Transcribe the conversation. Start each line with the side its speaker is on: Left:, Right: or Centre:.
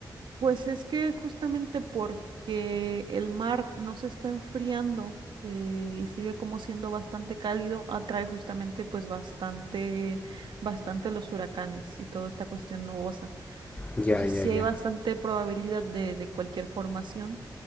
Right: Pues es que justamente porque el mar no se está enfriando eh, y sigue como siendo bastante cálido, atrae justamente pues bastante, bastante los huracanes y toda esta cuestión nubosa.
Left: Ya,
Right: Entonces
Left: ya,
Right: sí
Left: ya.
Right: hay bastante probabilidad de, de cualquier formación,